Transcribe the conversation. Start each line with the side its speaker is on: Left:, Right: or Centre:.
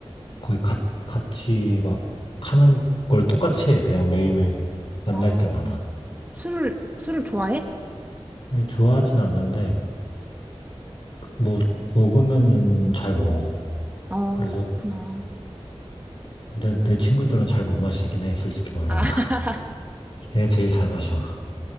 Left: 거의 가- 같이 막 하는 걸 똑같이 해. 그냥 매일매일 만날
Right: 아,
Left: 때마다.
Right: 술을, 술을 좋아해?
Left: 아니, 좋아하진 않는데 뭐 먹으면은 잘 먹어.
Right: 어,
Left: 그래서
Right: 그렇구나.
Left: 근데 내 친구들은 잘 못 마시긴 해. 솔직히 말하면
Right: 아,
Left: <laughs>
Right: <laughs>
Left: 내가 제일 잘 마셔.